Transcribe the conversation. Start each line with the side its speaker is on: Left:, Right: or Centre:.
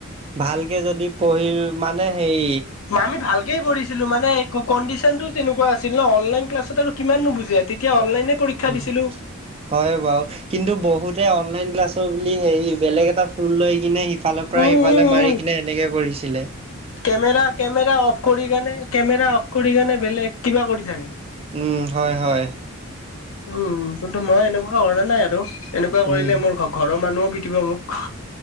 Right: ভালকে যদি পঢ়িল মানে সেই।
Left: আমি ভালকে পঢ়িছিলো মানে কণ্ডিচনটো তেনেকুৱা আছিল ন অনলাইন ক্লাছ আৰু কিমান নুবুজে তেতিয়া অনলাইনে পৰীক্ষা
Right: উ
Left: দিছিলো
Right: হয় বাৰু কিন্তু বহুতে অনলাইন ক্লাছৰ বুলি হেৰি বেলেগ এটা ফোন লৈ কিনে সিফালৰ পৰা
Left: উম
Right: ইফালে
Left: উম
Right: মাৰি
Left: উম
Right: কিনে সেনেকে পঢ়িছিলে
Left: কেমেৰা কেমেৰা অফ কৰি কেনে কেমেৰা অফ কৰি কেনে বেলেগ কিবা কৰি থাকে
Right: উম হয় হয়
Left: উম কিন্তু মই এনেকুৱা কৰা নাই আৰু এনেকুৱা কৰিলে
Right: উম
Left: মোৰ ঘ ঘৰৰ মানুহও পিটিব মোক